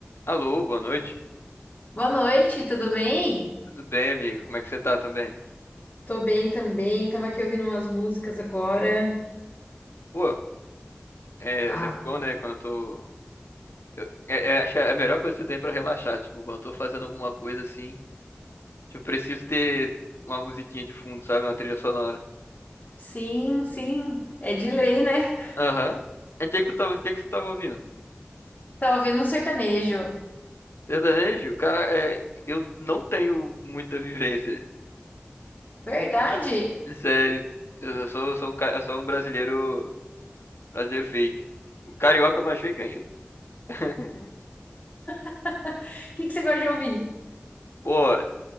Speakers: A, on the left; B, on the left.
A: Alô, boa noite.
B: Boa noite, tudo bem?
A: Tudo bem, amigo? Como é que você tá também?
B: Tô bem também, tava aqui ouvindo umas músicas agora.
A: Pô, é
B: Ah,
A: sempre bom, né? Quando eu tô. eu- É, é, acho que é a melhor coisa que tem pra relaxar. Tipo, quando eu tô fazendo alguma coisa assim, tipo, eu preciso ter uma musiquinha de fundo, sabe? Uma trilha sonora.
B: sim, sim, é de lei, né?
A: Aham. E O que que tu tava, o que que tu tava ouvindo?
B: Tava ouvindo um sertanejo.
A: Sertanejo? Cara, é, eu não tenho muita vivência.
B: Verdade?
A: <laughs> Sério. Eu eu sou, sou um, ca- eu sou um brasileiro, brasileiro fake. Carioca mais fake ainda. <laughs>
B: <laughs> O que que você gosta de ouvir?
A: Pô,